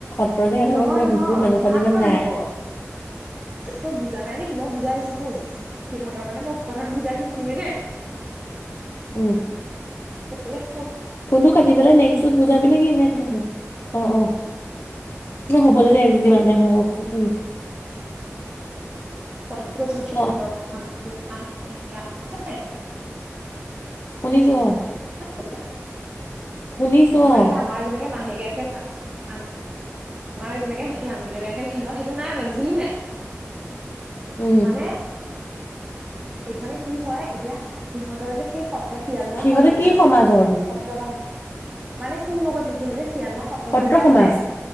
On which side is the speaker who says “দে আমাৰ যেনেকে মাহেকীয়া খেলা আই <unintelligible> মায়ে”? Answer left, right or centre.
Right